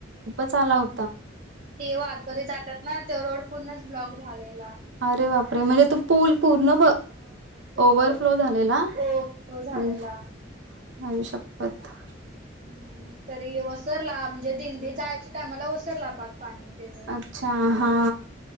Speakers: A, on the right; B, on the right.
A: चाला हो
B: ते वारकरी जातात ना तो रोड पूर्णच ब्लॉक झालेला.
A: अरे बापरे म्हणजे तू पूल पूर्ण
B: होय
A: ओवर फ्लो झालेला
B: ओ झालेला
A: म्हणजे आईशप्पत.
B: ह् तरी वसरला म्हणजे दिंडी जायच्या टायमाला वसरला पाक. पाणी तेज.
A: अच्छा हा.